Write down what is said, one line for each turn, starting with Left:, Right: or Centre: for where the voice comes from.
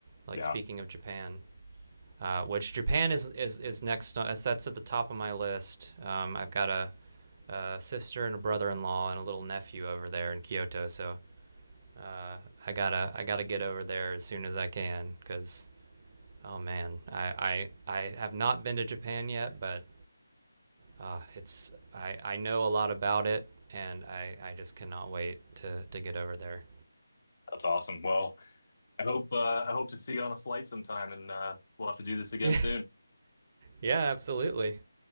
Right: Like
Left: Yeah,
Right: speaking of Japan, uh, which Japan is is is next. That's at the top of my list. Um, I've got a, a sister and a brother-in-law and a little nephew over there in Kyoto, so Uh, I gotta I gotta get over there as soon as I can because oh man I, I I have not been to Japan yet but uh, it's I, I know a lot about it and I, I just cannot wait to, to get over there.
Left: that's awesome. Well, I hope uh, I hope to see you on a flight sometime, and uh, we'll have to do this again
Right: Yeah
Left: soon.
Right: yeah absolutely.